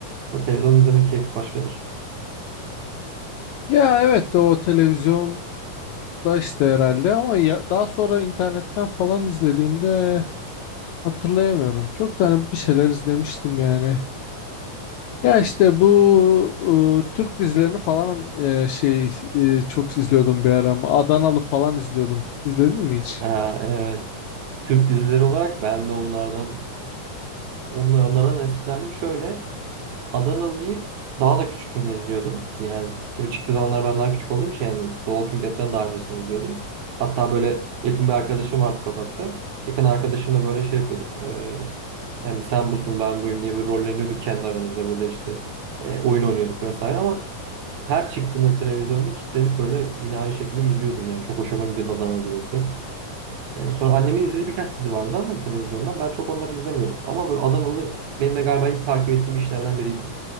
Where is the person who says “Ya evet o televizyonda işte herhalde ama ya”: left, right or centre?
Left